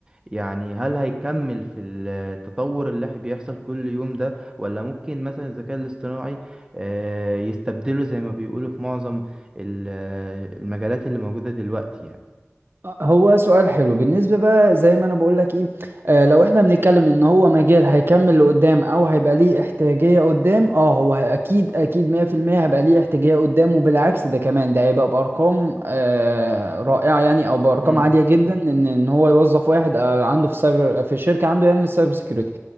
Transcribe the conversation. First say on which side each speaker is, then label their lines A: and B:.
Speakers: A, on the right (about 20°); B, on the right (about 55°).
A: يعني هل هيكمل في التطور اللي بيحصل كل يوم ده ولا ممكن مثلا الذكاء الاصطناعي آه، يستبدله زي ما بيقولوا في معظم ال- آه، المجالات اللي موجودة دلوقتي يعني
B: هو سؤال حلو بالنسبه بقى زي ما انا بقول لك ايه آه لو احنا بنتكلم ان هو مجال هيكمل لقدام او هيبقى ليه احتياجيه قدام اه هو هي- اكيد اكيد 100% هيبقى ليه احتياجيه قدام وبالعكس ده كمان ده هيبقى بارقام آه رائعه يعني او بارقام
A: امم
B: عاليه جدا ان ان هو يوظف واحد آه عنده في سايبر في الشركه عنده يعني السايبر سكيورتي